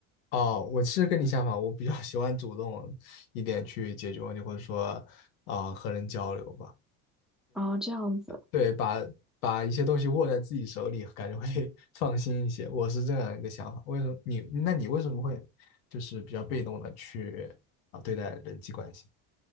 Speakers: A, on the left (about 80°); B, in the centre.
A: 哦，我是跟你相反，我比较喜欢主动一点去解决问题，或者说啊、和人交流吧。
B: 啊，这样子，
A: 对，把把一些东西握在自己手里，感觉会 <laughs> 放心一些。我是这样一个想法。为什么你？那你为什么会就是比较被动的去啊对待人际关系？